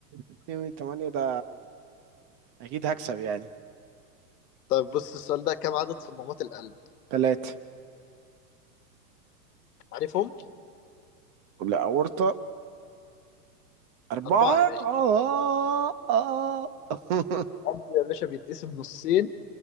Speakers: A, on the right; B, on the left.
A: 2 من 8 ده أكيد هكسب يعني
B: طيب بص السؤال ده كم عدد صمامات القلب؟
A: تلاتة
B: عارفهم؟
A: لا أورطة أربعة
B: أربعة يا باشا
A: آه آه <laughs>
B: القلب يا باشا بيتقسم نصين